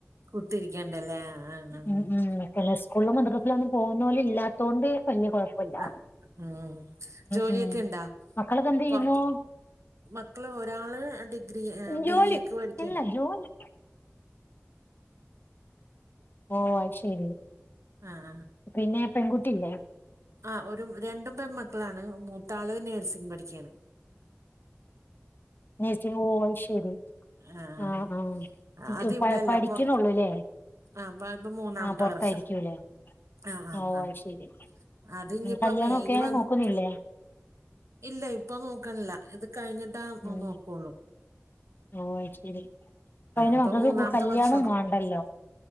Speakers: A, on the right (about 75°); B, on the left (about 45°).
A: കുത്തിരിക്കണ്ടല്ലേ ആഹ് ആഹ്
B: മ് മ് സ്കൂളിലും മദ്രസിലും ഒന്നും പോകുന്നോള് ഇല്ല. അതോണ്ടയ് വല്യ കൊഴപ്പില്ല
A: ആഹ് ഉം ജോലിയൊക്കെ
B: ഉം
A: ഇണ്ടാ
B: മക്കളക്കെ എന്ത് ചെയ്യുന്നു.
A: പൊറത്ത് മക്കള് ഒരാള് ഡിഗ്രി
B: ജോലി
A: ബി എക്ക് പഠിക്കാണ്.
B: അല്ല ജോലി ഓ അത് ശരി
A: ആഹ്
B: പിന്നെ പെൺകുട്ടില്ലേ
A: ആ ഒരു രണ്ടും പെൺമക്കളാണ് മൂത്ത ആള് നഴ്സിംഗ് പഠിക്കുകയാണ്.
B: നെയ്‌സിങ്ഓ ഉം ഉം
A: ആഹ്
B: ആ ആ ഇത്പോ
A: അത് ഇവിടെയല്ല
B: പോ പഠിക്കുന്നുള്ളൂല്ലേ.
A: പൊറത്ത് ആഹ് ഇപ്പ മൂന്നാമത്തെ
B: ആ പൊറത്തായിരിക്കൂല്ലേ
A: വർഷം ആഹ് ആഹ്
B: ഓ
A: ആഹ്
B: ശരി
A: അത് ഇനിയിപ്പോ
B: കല്യാണം
A: മെയിൽ
B: ഒക്കെ
A: വന്ന്
B: നോക്കുന്നില്ലേ.
A: ഇല്ല ഇപ്പൊ നോക്കണില്ല ഇത് കഴിഞ്ഞിട്ടാ പ്പോ
B: ഉം
A: ന്നോക്കുള്ളൂ.
B: ഓ ശരി പ്പോ അയ്ന്
A: ഇപ്പൊ
B: മക്കക്ക്
A: മൂന്നാമത്തെ
B: കല്യാണം
A: വർഷമാണ്
B: വാണ്ടല്ലോ.